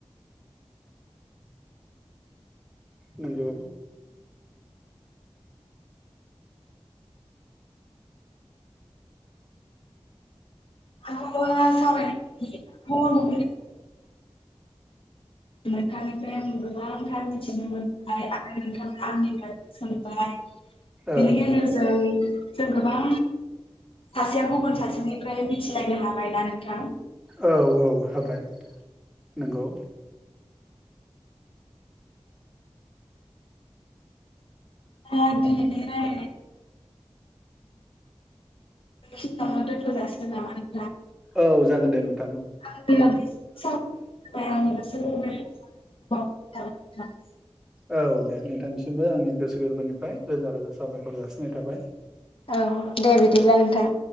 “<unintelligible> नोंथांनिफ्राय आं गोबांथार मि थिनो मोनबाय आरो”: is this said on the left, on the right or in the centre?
Left